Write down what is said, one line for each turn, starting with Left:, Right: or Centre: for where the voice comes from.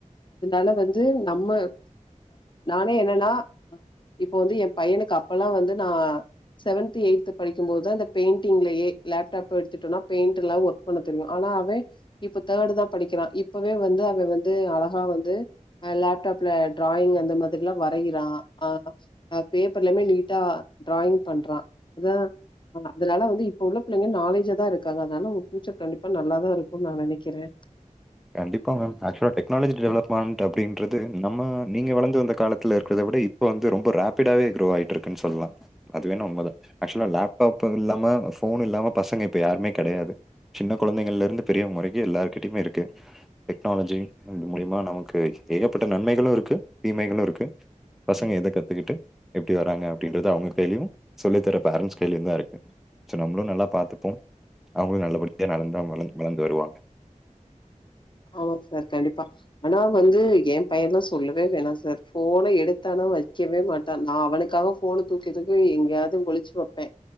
Left: அதனால வந்து நம்ம நானே என்னனா இப்போ வந்து என் பையனுக்க அப்போல்லா வந்து நா செவன்த் எய்த்து படிக்கும்போது தான் அந்த பெயிண்டிங்லயே லேப்டாப் எடுத்துட்டோம்னா பெயிண்ட் எல்லா ஒர்க் பண்ண தெரியும் ஆனா அவே இப்ப தேர்டு தான் படிக்கிறான் இப்பவே வந்து அவ வந்து அழகா வந்து லேப்டாப்ல டிராயிங் அந்த மாதிரி எல்லா வரையிறான் ஆ பேப்பர்லயுமே நீட் நீட்டா டிராயிங் பண்றான் அதான் ஹ அதனால வந்து இப்ப உள்ள புள்லைங்க நாலேஜா தா இருக்காங்க அதனால உங்க பியூச்சர் கண்டிப்பா நல்லாதா இருக்கும்னு நா நனக்கிறேன்
Centre: கண்டிப்பா மேம் ஆக்சுலா டெக்னாலஜி டெவலப்மெண்ட் அப்டின்றது நம்ம நீங்க வளர்ந்து வந்த காலத்துல இருக்கதை விட இப்போ வந்து ரொம்ப ராப்பிடாவே குரோ ஆகிட்டு இருக்குன்னு சொல்லாம் அது வேணா உண்ம தா ஆக்சுவலா லேப்டாப் இல்லாம ஃபோன் இல்லாம பசங்க இப்போ யாருமே கிடையாது சின்ன குழந்தைகல்ல இருந்து பெரியோங்க வரைக்கு எல்லார்கிட்டயுமே இருக்கு டெக்னாலஜி மூலியமா நமக்கு ஏகப்பட்ட நன்மைகளும் இருக்கு தீமைகளும் இருக்கு பசங்க எத கத்துக்கிட்டு எப்டி வராங்க அப்டின்றது அவுங்க கைலியும் சொல்லி தர பேரன்ட்ஸ் கைலியும் தா இருக்கு சோ நம்மளும் நல்லா பாத்தப்போம் அவுங்களும் நல்லபடியா நந்தா வளர்ந் வளர்ந்து வருவாங்க
Left: ஆமா சார் கண்டிப்பா ஆனா வந்து என் பையன்லா சொல்லவே வேணாம் சார் போனை எடுத்தானா வைக்கவே மாட்டான் நா அவுனுக்காக போன தூக்கி-துக்கி எங்கேயாவது ஒளிச்சு வைப்பேன்